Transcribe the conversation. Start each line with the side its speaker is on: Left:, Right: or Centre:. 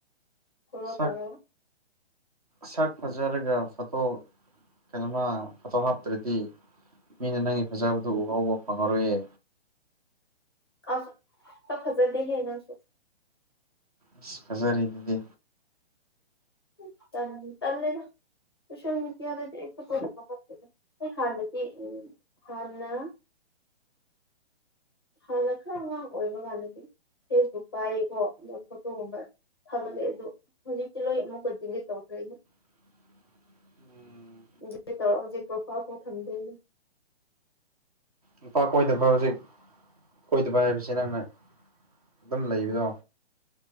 Left: ꯐꯣꯂꯣ
Right: ꯁꯛ
Left: ꯇꯧꯔꯒ
Right: ꯁꯛ ꯐꯖꯔꯒ ꯐꯣꯇꯣ ꯀꯩꯅꯣꯃ ꯐꯣꯇꯣ ꯍꯥꯞꯇ꯭ꯔꯗꯤ ꯃꯤꯅ ꯅꯪꯒꯤ ꯐꯖꯕꯗꯨ ꯎꯍꯥꯎꯕ ꯐꯪꯉꯔꯣꯏꯌꯦ
Left: ꯑ ꯁꯛ ꯐꯖꯗꯤꯍꯦ ꯅꯪꯁꯨ
Right: ꯑꯁ ꯐꯖꯔꯤꯗꯨꯗꯤ
Left: ꯍꯨꯝ ꯇꯟꯕꯨ ꯇꯜꯂꯦꯗꯥ ꯁꯣꯁꯦꯜ ꯃꯤꯗꯤꯌꯥꯗꯗꯤ ꯑꯩ ꯐꯣꯇꯣ ꯑꯝꯐꯥꯎ ꯍꯥꯞꯇꯦꯗ ꯑꯩ ꯍꯥꯟꯅꯒꯤ ꯍꯥꯟꯅ ꯍꯥꯟꯅ ꯈꯔ ꯑꯉꯥꯡ ꯑꯣꯏꯕ ꯀꯥꯟꯗꯗꯤ ꯐꯦꯁꯕꯨꯛ ꯄꯥꯏꯌꯦꯀꯣ ꯑꯗꯨ ꯐꯣꯇꯣꯒꯨꯝꯕ ꯊꯥꯒꯠꯂꯦ ꯑꯗꯨ ꯍꯧꯖꯤꯛꯇꯤ ꯂꯣꯏ ꯑꯃꯨꯛꯀ ꯗꯤꯂꯤꯠ ꯇꯧꯈ꯭ꯔꯦ ꯑꯗꯨ
Right: <inaudible> ꯎꯝ
Left: <unintelligible> ꯍꯧꯖꯤꯛ ꯄ꯭ꯔꯣꯐꯥꯏꯜꯕꯧ ꯊꯝꯗꯦ ꯑꯩ
Right: ꯅꯨꯄꯥ ꯀꯣꯏꯗꯕ ꯍꯧꯖꯤꯛ ꯀꯣꯏꯗꯕ ꯍꯥꯏꯕꯁꯦ ꯅꯪꯅ ꯑꯗꯨꯝ ꯂꯩꯕꯗꯣ